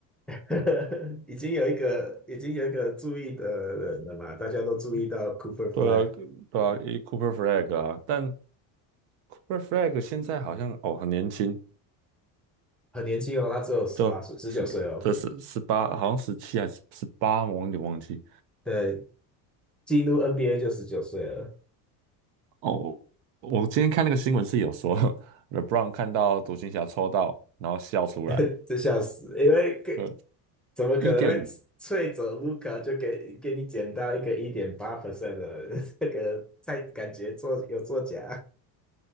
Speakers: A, in the centre; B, on the right (about 75°).
A: <laughs> 已经有一个已经有一个注意的人了嘛，大家都注意到 Cooper
B: 对啊，
A: Flag
B: 对啊，一 Cooper Flag 啊，但 Cooper Flag 现在好像哦很年轻，
A: 很年轻哦，他只有十八岁，
B: 就
A: 十九岁哦，
B: 这是十八，十八好像十七还是十八，我有点忘记。
A: 对，进入 NBA 就十九岁了，
B: 哦，我我今天看那个新闻是有说 <laughs>，LeBron 看到独行侠抽到，然后笑出来。
A: <laughs> 这笑死，因为
B: 对，
A: 怎么可能会脆走卢卡就给给你捡到一个一点八
B: 一点，
A: percent 的 <laughs> 这个太感觉做有作假，